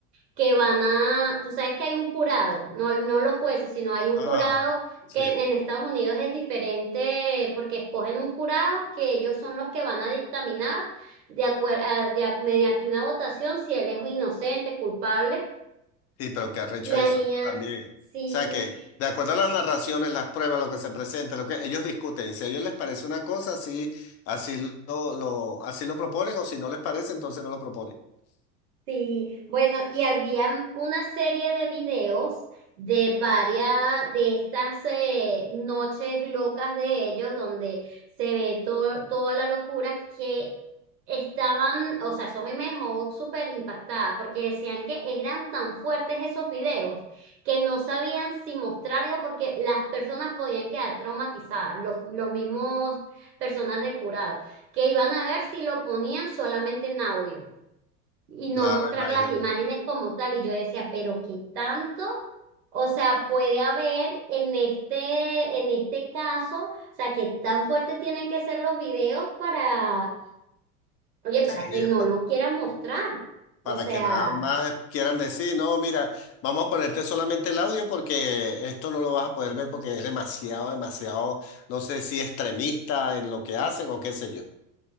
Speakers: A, on the right (about 80°); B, on the left (about 35°).
A: que van a, tú sabes que hay un jurado, no, no los jueces, sino hay un
B: Ajá,
A: jurado
B: sí,
A: que en Estados Unidos es diferente porque escogen un jurado que ellos son los que van a dictaminar de acuer- a- de a- mediante una votación si él es inocente, culpable.
B: sí, pero que arrecho
A: Y a
B: eso
A: mí, ah,
B: también. O
A: sí,
B: sea que, de acuerdo a las narraciones, las pruebas, lo que se presenta, lo que ellos discuten, si a ellos les parece una cosa, así, así lo, lo, así lo proponen, o si no les parece, entonces no lo proponen.
A: Sí, bueno, y había una serie de videos de varias de estas eh, noches locas de ellos donde se ve to- toda la locura que estaban, o sea, eso a mí me dejó súper impactada porque decían que eran tan fuertes esos videos que no sabían si mostrarlo porque las personas podían quedar traumatizadas, los, los mismos personas del jurado, que iban a ver si lo ponían solamente en audio y no
B: Claro,
A: mostrar
B: imagínate.
A: las imágenes como tal. Y yo decía, pero qué tanto, o sea, puede haber en este, en este caso, o sea, qué tan fuerte tienen que ser los videos para, oye,
B: Sí,
A: para que
B: es
A: no lo quieran mostrar. O
B: para
A: sea.
B: que nada más quieran decir, no, mira, vamos a ponerte solamente el audio porque esto no lo vas a poder ver porque es demasiado, demasiado, no sé si extremista en lo que hacen o qué sé yo.